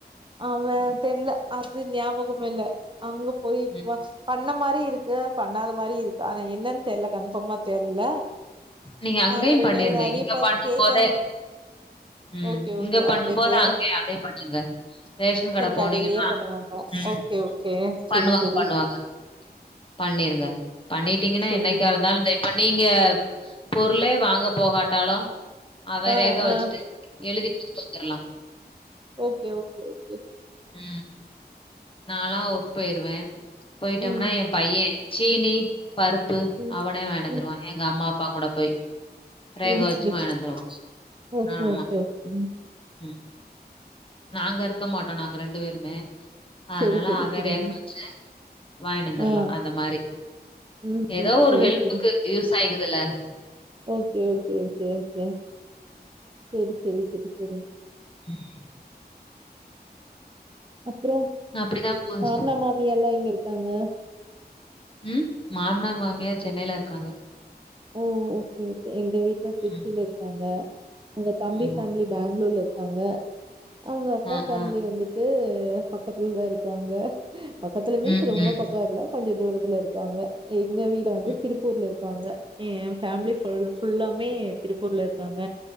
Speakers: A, on the right; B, on the left.
A: அவ்வெ தெர்ல அது ஞாபகமேயில்ல அங்கப் போய்க்வா
B: ம்
A: பண்ண மாரியிருக்கு பண்ணாத மாரியிருக் ஆனா என்னன் தெர்ல கன்ஃபாமா தெர்ல
B: நீங்க அங்கயு
A: நாங்க ரெண்டு
B: பண்ணிருங்க
A: பேரும் அதே
B: இங்க
A: பாத்து
B: பண்ணும்
A: கேக்கவே
B: போதே ம்
A: ஓகே
B: இங்க
A: ஓகே
B: பண்ணும்போதே
A: அவங்க கே
B: அங்கே அதே பண்ணிருங்க ரேஷன் கட போனீங்கன்னா
A: கடையிலயே பண்ணுவாங்க
B: ம்
A: ஓகே ஓகே
B: பண்ணுவாங்க
A: செரி செரி
B: பண்ணுவாங்க பண்ணீருங்க பண்ணிட்டீங்கன்னா
A: சேரி
B: என்னைக்காயிருந்தால் தே பண்ணி இங்க பொர்ளே வாங்க போகாட்டாலு அவ
A: ஆ
B: ரேக
A: ஆ
B: வெச்சுட்டு எழுதி குடுத்துட்டு வந்தர்லா
A: ஓக்கே ஓக்கே ஓக்கே
B: ம் நான்ல ஒர்க் போயிருவே போய்ட்டோம்னா
A: ம்
B: என் பைய்ய சீனி பருப் ப்பு
A: ம்
B: அவனே வாய்னுவந்துருவா
A: ம்
B: எங்கம்மா அப்பா கூட போய் ரேக
A: தெரிஞ்சிச்சு
B: வச்சு வாங்கின்னு வந்துருவான்.
A: தெச்சு ஓகே
B: ஆமா.
A: ஓகே ஒகே
B: ம் நாங்கயிருக்க மாட்டோ நாங்க ரெண்டுவேருமே அதனால
A: சேரி சேரி
B: அவரே
A: சேரிங்க
B: க வெச்சு வாங்கிட்டந்துர்லா
A: ஆ
B: அந்த மாரி
A: ம்
B: ஏதோ
A: ம்
B: ஒரு
A: சேரி
B: ஹெல்ப்புக்கு
A: சேரி
B: யூஸ் அயிக்குதுல
A: ஓகே ஓகே ஓகே ஓகே செரி செரி செரி செரி
B: ம்
A: அப்றோ
B: அப்படிதான் போச்சு.
A: மாம்னார் மாமியல்லா எங்கயிருக்காங்க
B: ம் மாம்னார் மாமியார் சென்னைலயிருக்காங்க
A: ஓ ஓகே ஓகே எங்க வீட்ல திர்ச்சிலயிருக்காங்க
B: ம்.
A: உங்க தம்பி
B: ஆமா.
A: ஃபேமிலி பெங்ளுர்லயிர்க்காங்க அவங்க அக்கா
B: அ,
A: ஃபேமிலி
B: ஆ.
A: வந்துட்டு பக்கத்துல தா இருக்காங்க பக்கத்துல மீன்ஸ்
B: ம்,
A: ரொம்ப
B: ம்.
A: பக்க இல்ல கொஞ்ச தூரத்துல இருக்காங்க எங்க வீட வந்து
B: ம்.
A: திருப்பூர்ல இருக்காங்க ஏன் ஃபேம்லி ஃபுல்லாமே திருப்பூர்ல இருக்காங்க